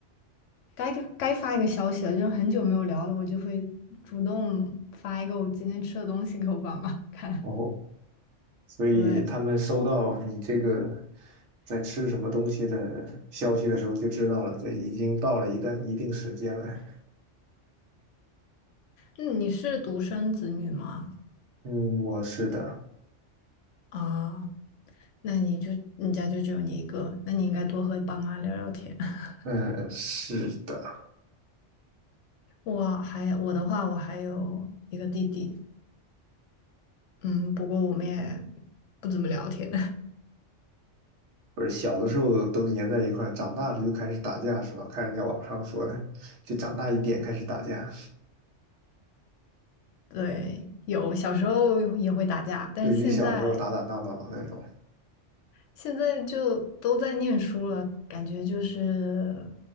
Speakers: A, on the left; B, on the right.
A: 该该发一个消息了，就是很久没有聊了，我就会主动发一个我今天吃的东西给我爸妈看。
B: 哦。
A: <laughs>
B: 所以他们收到你这个
A: 对，
B: 在吃什么东西的消息的时候，就知道了，这已经到了一定一定时间了。
A: 那你是独生子女吗？
B: 嗯，我是的，
A: 啊，那你就你家就只有你一个，那你应该多和爸妈聊聊天。<laughs>
B: 嗯，是的，
A: 我还我的话，我还有一个弟弟，嗯，不过我们也不怎么聊天。<laughs>
B: 不是小的时候都粘在一块儿，长大了就开始打架是吧？看人家网上说的，就长大一点开始打架，
A: 对，有小时候也会打架，但是现在
B: 对峙小时候打打闹闹的那种，
A: 现在就都在念书了，感觉就是